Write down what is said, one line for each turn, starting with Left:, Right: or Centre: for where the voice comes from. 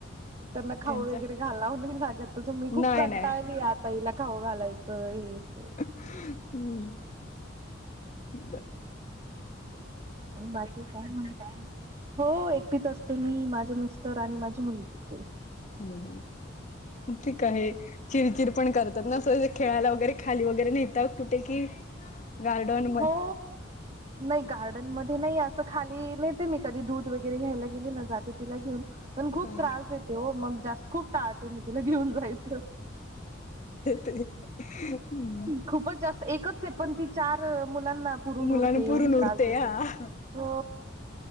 Right: त्यांना खाऊ
Left: त्यांचा
Right: वगैरे घालाव नाही लागत तसं मी खूप
Left: नाही
Right: कंटाळली
Left: नाही
Right: आहे तईला खाऊ घालायचं हे ते
Left: हम्म बाय
Right: बाकी काय म्हणताय हो एकटीच असते मी माझे मिस्टर आणि माझी मुलगी ते
Left: हम् हम् ठीक आहे चिरचिर पण करतात ना असं खेळायला वगैरे खाली वगैरे नाहीेतात कुठे की गार्डन
Right: हो नाही गार्डन मध्ये नाही असं खाली नेते मी कधी दूध वगैरे घ्यायला गेले ना जाते तिला घेऊन पण खूप
Left: हा
Right: त्रास देते हो मग जास्त खूप टाळते मी तिला घेऊन जायचं
Left: ते हम्
Right: खूपच जास्त एकच आहे पण ती चार मुलांना पुरून
Left: मुलांना
Right: उरते एवढी
Left: पुरून
Right: त्रास
Left: उरते
Right: देते
Left: हा
Right: हो